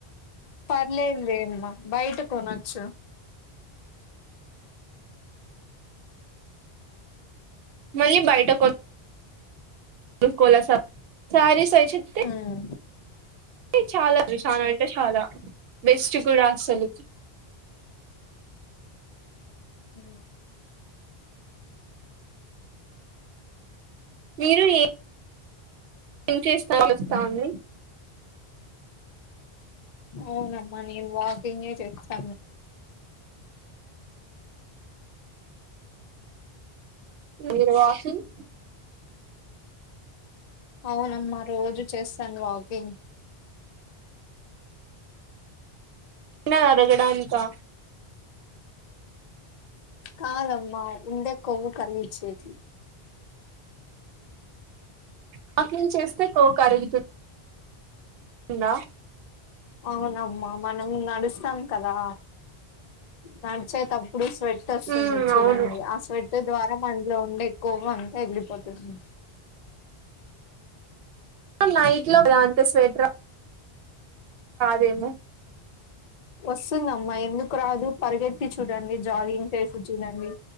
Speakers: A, on the left; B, on the right.
A: పర్లేదులేమ్మా బయట కొనచ్చు
B: మళ్ళీ బయట కొ నుకోవల సాప్ సారి సైచితే
A: ఉమ్
B: చాలా చాలా అంటే చాలా బెస్ట్ కూడా అసలు
A: ఉ
B: మీరు ఏ ఏం చేస్తా వస్తా అండి
A: అవునమ్మా నేను వాకింగ్ే చేస్తాను
B: మీరు వాకింగ్
A: అవునమ్మా రోజు చేస్తాను వాకింగ్
B: న్నది అరగడానికా
A: కాదమ్మ ఉండె కొవ్వు కరిగించేకి
B: వాకింగ్ చేస్తే కోవ్ కరుగుతుం దా
A: అవునమ్మా మనం నడుస్తాం కదా నడిచేతప్పుడు స్వెట్ వస్తుంది
B: ఉమ్
A: చూడండి
B: అవును
A: ఆ స్వెట్ట ద్వారా రమండ్లో ఉండే కొవ్వు అంతా ఎగిరిపోతుంది
B: నైట్ లో కదా అంత స్వెట్ రా దేమో
A: వస్తుందమ్మా ఎందుకు రాదు పరిగెత్తి చూడండి జాగింగ్ చేసి చూడండి